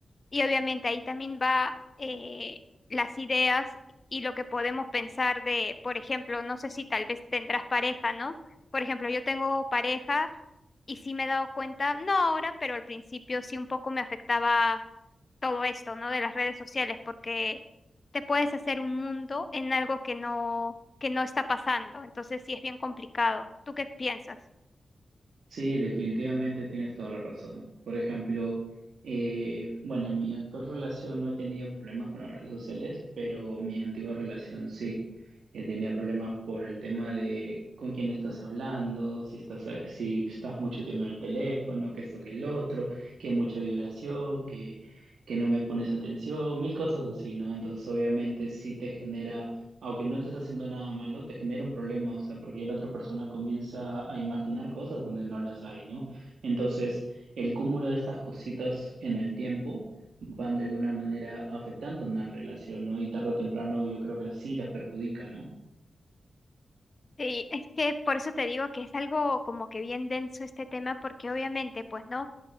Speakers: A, on the left (about 50°); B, on the right (about 75°).
A: Y obviamente ahí también va eh, las ideas y lo que podemos pensar de, por ejemplo, no sé si tal vez tendrás pareja, ¿no? Por ejemplo, yo tengo pareja y sí me he dado cuenta, no ahora, pero al principio sí un poco me afectaba todo esto, ¿no? De las redes sociales, porque te puedes hacer un mundo en algo que no, que no está pasando. Entonces sí es bien complicado. ¿Tú qué piensas?
B: Sí, definitivamente tienes toda la razón. Por ejemplo, eh, bueno, en mi actual relación no he tenido problemas con las redes sociales, pero mi antigua relación sí. Eh, tenía problemas por el tema de con quién estás hablando, si estás, eh, si estás mucho tiempo en el teléfono, que esto, que el otro, que mucha vibración, que, que no me pones atención, mil cosas así, ¿no? Entonces, obviamente, sí te genera aunque no estés haciendo nada malo, te genera un problema, o sea, porque ya la otra persona comienza a imaginar cosas donde no las hay, ¿no? Entonces, el cúmulo de estas cositas en el tiempo van de alguna manera afectando una relación, ¿no? Y tarde o temprano yo creo que la- sí la perjudica, ¿no?
A: Sí, es que por eso te digo que es algo como que bien denso este tema, porque obviamente, pues, ¿no?